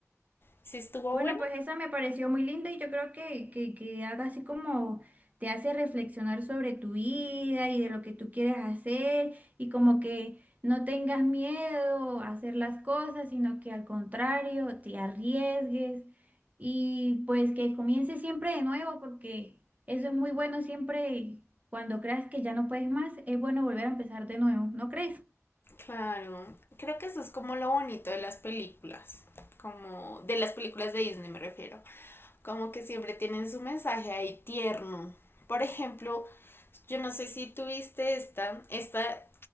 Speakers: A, on the left; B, on the right.
A: ¿Sí estuvo
B: Bueno,
A: buena?
B: pues esa me pareció muy linda y yo creo que, que, que haga así como te hace reflexionar sobre tu vida y de lo que tú quieres hacer y como que no tengas miedo a hacer las cosas, sino que al contrario te arriesgues y pues que comiences siempre de nuevo porque eso es muy bueno siempre cuando creas que ya no puedes más, es bueno volver a empezar de nuevo, ¿no crees?
A: Claro, creo que eso es como lo bonito de las películas, como de las películas de Disney me refiero, como que siempre tienen su mensaje ahí tierno. Por ejemplo, yo no sé si tuviste esta, esta